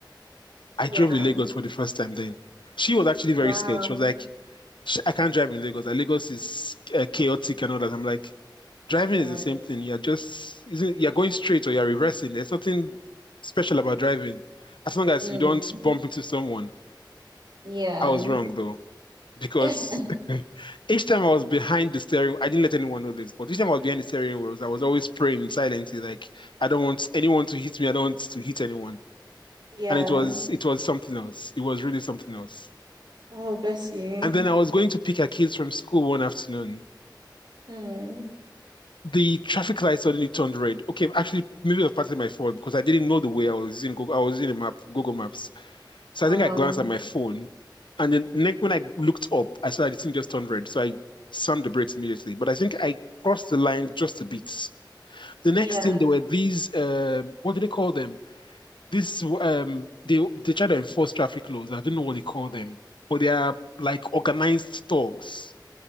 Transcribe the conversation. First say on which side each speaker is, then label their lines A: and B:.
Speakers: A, on the left; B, on the right.
A: I
B: Yeah.
A: drove in Lagos for the first time then. She was actually very
B: Wow.
A: scared. She was like, sh- I can't drive in Lagos. Like, Lagos is uh, chaotic and all that. I'm like, driving
B: Yeah.
A: is the same thing. You're just isn't you're going straight or you're reversing. There's nothing special about driving, as long as
B: Mm,
A: you don't bump into someone.
B: yeah.
A: I was wrong though, because
B: <laughs>
A: <laughs> each time I was behind the steering, I didn't let anyone know this, but each time I was behind the steering wheels, I was always praying silently, like I don't want anyone to hit me. I don't want to hit anyone.
B: Yeah.
A: And it was it was something else. It was really something else.
B: Oh, bless you.
A: And then I was going to pick her kids from school one afternoon.
B: Mm.
A: the traffic light suddenly turned red. Okay, actually, maybe it was partly my fault because I didn't know the way I was using Google. I was using a map, Google Maps. So
B: Oh,
A: I think I glanced at my phone, and then next when I looked up, I saw that the thing just turned red. So I slammed the brakes immediately. But I think I crossed
B: yeah.
A: the line just a bit. The
B: Yeah.
A: next thing there were these um, what do they call them? This um, they they try to enforce traffic laws. I don't know what they call them, but they are like organized thugs.